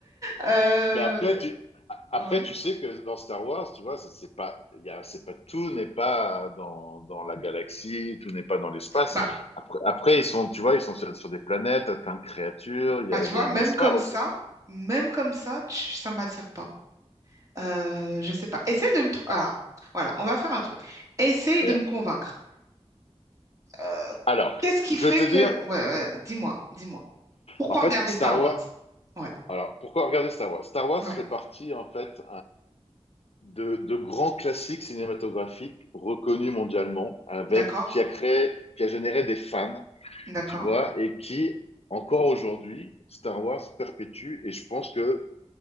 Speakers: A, on the right; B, on the left.
A: Euh,
B: Mais après, tu, après,
A: ouais.
B: tu sais que dans Star Wars, tu vois, c'est c'est pas, il y a- c'est pas, tout n'est pas dans, dans la galaxie, tout n'est pas dans l'espace.
A: Bah,
B: Après, après, ils sont, tu vois, ils sont sur, sur des planètes, plein de créatures, il
A: bah,
B: y a,
A: tu
B: il
A: vois,
B: y a une
A: même
B: histoire
A: comme
B: aussi.
A: ça, même comme ça, tu- ça m'attire pas. Euh, je sais pas. Essaye de me trouver. Ah, voilà, on va faire un truc. Essaye
B: Voilà.
A: de me convaincre. Euh,
B: Alors,
A: qu'est-ce qui
B: je
A: fait
B: vais te
A: que...
B: dire,
A: Ouais, ouais, dis-moi, dis-moi. Pourquoi
B: en fait,
A: regarder
B: Star
A: Star Wars?
B: Wars,
A: Ouais,
B: alors, pourquoi regarder Star Wars? Star Wars
A: ouais.
B: fait partie, en fait, de, de grands classiques cinématographiques reconnus mondialement, avec
A: D'accord,
B: qui a créé, qui a généré des fans,
A: d'accord.
B: tu vois, et qui encore aujourd'hui, Star Wars perpétue. Et je pense que